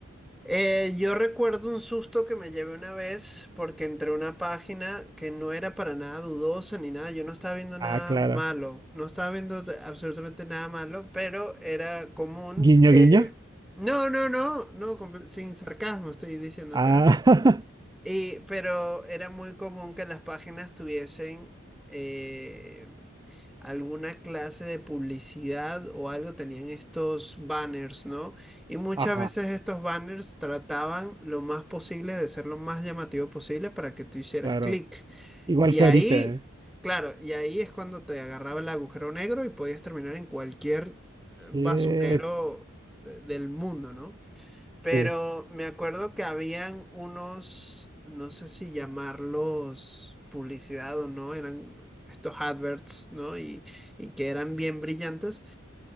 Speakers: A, in the centre; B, on the right.
A: Eh, yo recuerdo un susto que me llevé una vez porque entré a una página que no era para nada dudosa ni nada. Yo no estaba viendo nada
B: Ah, claro.
A: malo, no estaba viendo de- absolutamente nada malo, pero era común
B: Guiño,
A: que...
B: guiño.
A: No, no, no, no, comple- sin sarcasmo estoy diciendo
B: Ah,
A: acá. Y, pero era muy común que las páginas tuviesen eh, alguna clase de publicidad o algo, tenían estos banners, ¿no? Y muchas
B: <laughs> ajá,
A: veces estos banners trataban lo más posible de ser lo más llamativo posible para que tú hicieras
B: claro.
A: clic.
B: Igual
A: Y
B: que
A: ahí,
B: ahorita, ¿eh?
A: claro, y ahí es cuando te agarraba el agujero negro y podías terminar en cualquier
B: Shit,
A: eh, basurero de- del mundo, ¿no? Pero
B: sí,
A: me acuerdo que habían unos, no sé si llamarlos publicidad o no, eran estos adverts, ¿no? Y, y que eran bien brillantes.